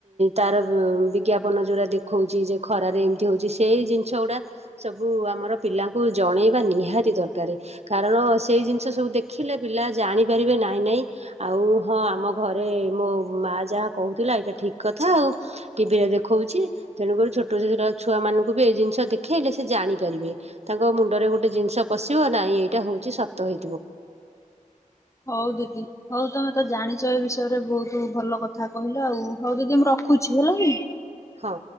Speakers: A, on the right; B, on the left.
A: ତାର ବିଜ୍ଞାପନ ଯୋରା ଦେଖଉଛି ଯେ ଖରାରେ ଏମିତି ହଉଛି ସେଇ ଜିନିଷ ଗୁଡା ସବୁ ଆମର ପିଲାଙ୍କୁ ଜଣେଇବା ନିହାତି ଦରକାର। କାରେ କାରଣ ସେଇ ଜିନିଷ ସବୁ ଦେଖିଲେ ପିଲା ଜାଣିପାରିବେ। ନାଇ ନାଇ ଆଉ ହଁ ଆମ ଘରେ ମୋ ମାଆ ଯାହା କହୁଥିଲା ଏଇଟା ଠିକ୍ କଥା ଆ ଉ ଟିଭିରେ ଦେଖଉଛି। ତେଣୁକରି ଛୋଟ ଛୋଟ ଛୁଆମାନଙ୍କୁ ବି ଏଇ ଜିନିଷ ଦେଖେଇଲେ। ସେ ଜାଣିପାରିବେ ତାଙ୍କ ମୁଣ୍ଡରେ ଗୋଟେ ଜିନିଷ ପଶିବ ନାଇ ଏଇଟା ହଉଛି ସତ ହେଇ
B: ହଉ ଦିଦି। ହଉ ତମେ ତ ଜାଣିଛ ଏ ବିଷୟରେ ବହୁତ ଭଲ କଥା କହିଲ ହଉ ଦିଦି ମୁଁ ରଖୁଛି ହେଲା କି।
A: ହଁ।